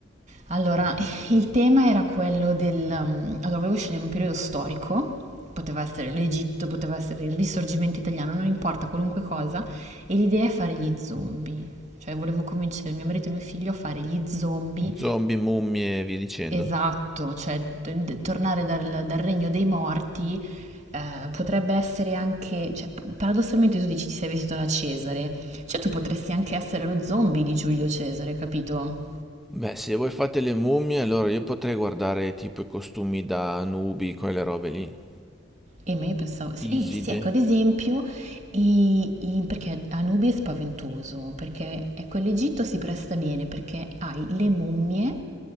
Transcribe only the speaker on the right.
allora, <laughs> il tema era quello del... mm, Allora, volevo scegliere un periodo storico, poteva essere l'Egitto, poteva essere il Risorgimento italiano, non importa, qualunque cosa, e l'idea è fare gli zombie. Cioè, volevo convincere mio marito e mio figlio a fare gli zombie
Esatto, cioè d- d- tornare dal, dal regno dei morti eh, potrebbe essere anche, cioè, p- paradossalmente tu dici ti sei vestito da Cesare, cioè tu potresti anche essere lo zombie di Giulio Cesare, capito?
E ma io pensavo, sì,
eh, sì, ecco, ad esempio, i- i- perché Anubi è spaventoso, perché ecco, l'Egitto si presta bene, perché hai le mummie